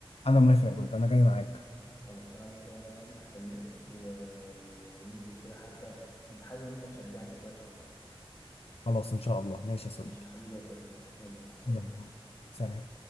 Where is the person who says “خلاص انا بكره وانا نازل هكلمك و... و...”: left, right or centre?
Left